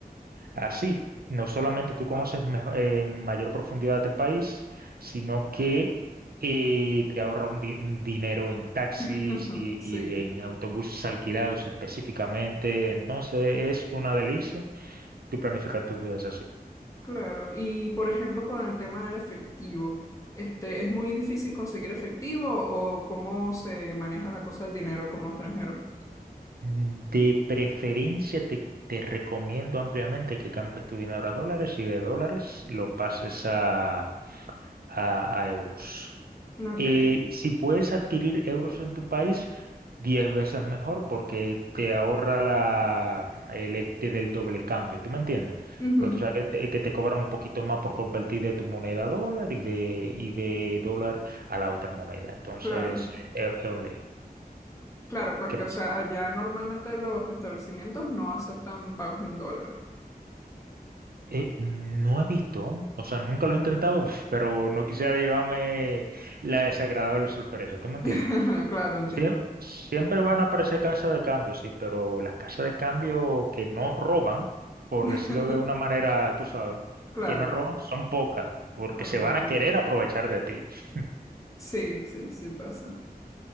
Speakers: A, on the right (about 70°); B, on the left (about 20°).
A: Así, no solamente tú conoces mejo- en mayor profundidad el país, sino que eh, te ahorra un, di- un dinero en taxis
B: <laughs>
A: y,
B: Sí.
A: y en autobuses alquilados específicamente. Entonces, es una delicia tú planificar tus viajes así.
B: Claro, y por ejemplo con el tema del efectivo, este, ¿es muy difícil conseguir efectivo o cómo se maneja la cosa del dinero como extranjero?
A: De preferencia, te, te recomiendo ampliamente que cambies tu dinero a dólares y de dólares lo pases a a, a euros.
B: Ok,
A: Eh, si puedes adquirir euros en tu país, 10 veces mejor porque te ahorra la, el este del doble cambio, ¿tú me entiendes?
B: ujú,
A: Porque tú sabes que te, que te cobran un poquito más por convertir de tu moneda a dólar y de, y de dólar a la otra moneda. Entonces,
B: Claro,
A: eh, es es un lío.
B: claro, porque
A: ¿Qué más?
B: o sea, allá normalmente los establecimientos no aceptan pagos en dólares.
A: Eh, no he visto, o sea, nunca lo he intentado, <laughs> pero no quisiera llevarme la desagradable sorpresa, ¿tú me entiendes?
B: <laughs> Claro, entiendo.
A: Sie- siempre van a aparecer casas de cambio, sí, pero las casas de cambio que no roban, por
B: <laughs>
A: decirlo de una manera, tú sabes,
B: Claro,
A: que no roban son pocas, porque
B: ok,
A: se van a querer
B: ok.
A: aprovechar de ti. <laughs>
B: Sí, sí, sí pasa.